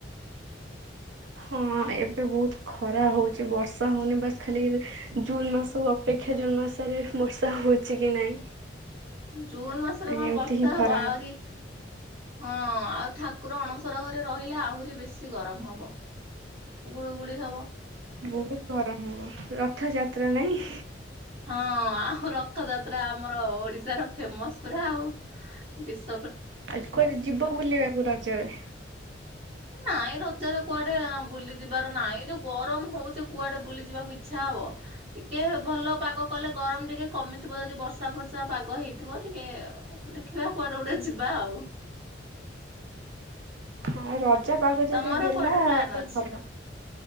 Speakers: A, on the right; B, on the right.
A: ହଁ ଏବେ ବହୁତ ଖରା ହଉଛି ବର୍ଷା ହଉନି, ବାସ୍ ଖାଲି ଏବେ ଜୁନ ମାସକୁ ଅପେକ୍ଷା ଜୁନ୍ ମାସରେ ବର୍ଷା ହଉଛି କି ନାଇଁ।
B: ଜୁନ ମାସରେ କଣ
A: ଏମିତି
B: ବର୍ଷା
A: ହିଁ
B: ହବ
A: ଖରା
B: ଆହୁରି ହଁ ଆଉ ଠାକୁର ଅଣସର ଘରେ ରହିଲେ ଆହୁରି ବେଶୀ ଗରମ ହବ। ଗୁଳୁ ଗୁଳି ହବ।
A: ବହୁତ ଗରମ ହବ ରଥଯାତ୍ରା ନାଇଁ।
B: ହଁ ଆଉ ରଥଯାତ୍ରା ଆମର ଓଡିଶାର ଫେମସ୍ ପୁରା ଆଉ। ବିଶ୍
A: ଆଜି କୁଆଡେ ଯିବ ବୁଲିବାକୁ ରଜରେ?
B: ନାଇଁ ରଜରେ କୁଆଡେ ବୁଲିଯିବାର ନାଇ, ଏ ଯୋଉ ଗରମ ହଉଛି କୁଆଡେ ବୁଲି ଯିବାକୁ ଇଚ୍ଛା ହବ? ଟିକେ ଭଲ ପାଗ କଲେ ଗରମ ଟିକେ କମିଥିବ ଯଦି ବର୍ଷା ଫର୍ଷା ପାଗ ହେଇଥିବ ଟିକେ। ଓହୋ, ଦେଖିବା କୁଆଡେ ଗୋଟେ ଯିବା ଆଉ।
A: ଆଉ ରଜ ପାାଗ ଯଦି
B: ତମର
A: ଦେଲା
B: କୁଆଡେ ପ୍ଲାନ୍
A: ତ
B: ଅଛି
A: ଭଲ।